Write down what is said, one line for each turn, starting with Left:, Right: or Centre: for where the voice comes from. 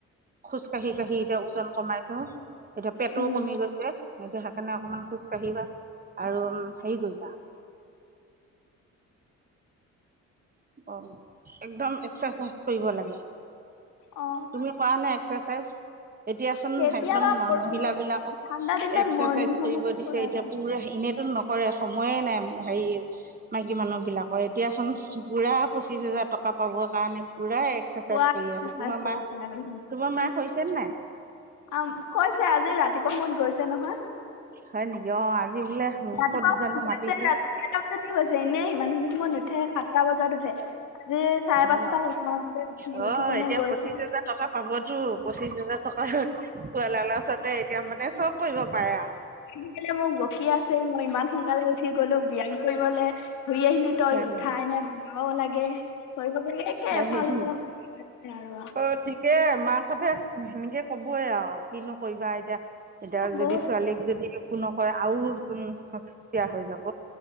Right: খোজ কাঢ়ি কাঢ়ি এতিয়া ওজন কমাইছো এতিয়া পেটও
Left: উম
Right: কমি গৈছে। এতিয়া সেইকাৰণে অকমান খোজ কাঢ়িবা আৰু হেৰি কৰিবা। অ একদম এক্সাৰচাইজ কৰিব লাগে।
Left: অ।
Right: তুমি কৰা নাই এক্সাৰচাইজ? এতিয়া চোন
Left: কেতিয়াবা
Right: একদমমহিলা
Left: কৰো
Right: বিলাকক
Left: ঠাণ্ডা দিনত
Right: এক্সাৰচাইজ
Left: মৰ্ণিং সময়ত
Right: কৰিব দিছে
Left: কৰা
Right: এতিয়া
Left: যায়
Right: পুৰা এনেতো নক কৰে সময়ে নাই হায়ি মাইকী মানুহবিলাকৰ এতিয়া চোন পুৰা পঁচিশ হেজাৰ টকা পাবৰ কাৰণে পুৰা এক এক্সাৰচাইজ
Left: পুৱা
Right: কৰি
Left: এক্সাৰচাইজ
Right: আছে তোমাৰ মায়ে
Left: কৰি
Right: তোমাৰ মায়ে কৰিছে নাই?
Left: অ কৈছে আজি ৰাতিপুৱা সময়মত গৈছে নহয়।
Right: হয় নেকি অ আজি বোলে
Left: ৰাতিপুৱা
Right: ক'ত জানো
Left: গৈ
Right: মাতিছে
Left: আছে ৰাতিপুৱা বজাততো হৈছে এনেই ইমানখিনি সময়ত নুঠে সাতটা বজাত উঠে আজি চাৰে পাঁচটা
Right: অ
Left: পাঁচটা মানতে
Right: অহ
Left: উঠি কেনে
Right: এতিয়া
Left: গৈছে
Right: পঁচিশ হাজাৰ টকা পাবতো পঁচিশ হাজাৰত টকাৰ লালচতে এতিয়া মানে চব কৰিব পাৰে আও
Left: আহি পিনি মোক বকি আছে মই ইমান সোনকালে উঠি গলো ব্যায়াম কৰিবলে ঘূৰি আহিলো তই
Right: হয়
Left: উঠাই
Right: নেকি
Left: নে বনাব লাগে কৰিব লাগে একে
Right: হয়
Left: এফালৰ
Right: নেকি
Left: পৰা বকি আছে আৰু
Right: অত ঠিকে মাকহঁতে সেনেকে কবয়ে আও কিনো কৰিবা এতিয়া এতিয়া যদি
Left: বহুত
Right: ছোৱালীক যদি একো নকয় আও উম সস্তীয়া হৈ যাব